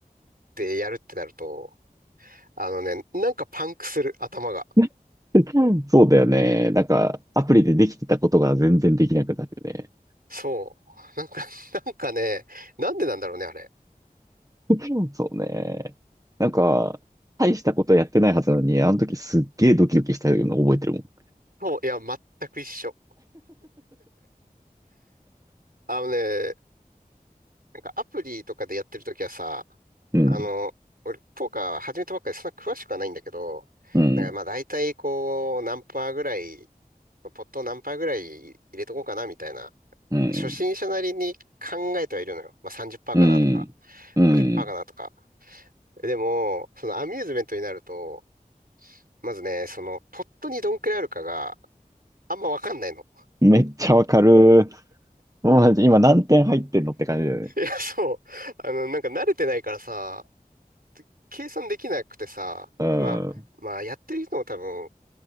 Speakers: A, on the right (about 70°); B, on the right (about 20°).
A: でやるってなると、あのね、なんかパンクする、頭が。
B: <laughs> そうだよね。なんか、アプリでできてたことが全然できなくなるよね。
A: そう。なんか、なんかね、なんでなんだろうね、あれ。
B: <laughs> そうね。なんか、大したことやってないはずなのに、あの時すっげえドキドキしたのを覚えてるもん。
A: そう、いや、全く一緒。あのね、なんかアプリとかでやってるときはさ、
B: うん、
A: あの、俺、ポーカー始めたばっかりでそんな詳しくはないんだけど、
B: うん、
A: なんかまあ大体こう、何パーぐらい、ポットを何パーぐらい入れとこうかなみたいな、
B: うん、
A: 初心者なりに考えてはいるのよ。まあさんじゅっパーセントかなとか、
B: うん、うん。
A: 50%かなとか。でも、そのアミューズメントになると、まずね、その、ポットにどんくらいあるかが、あんまわかんないの。
B: <laughs> めっちゃわかる。もう今何点入ってんのって感じだよね。
A: <laughs> いや、そう。あの、なんか慣れてないからさ、計算できなくてさ、
B: うん、
A: まあ、まあ、やってる人も多分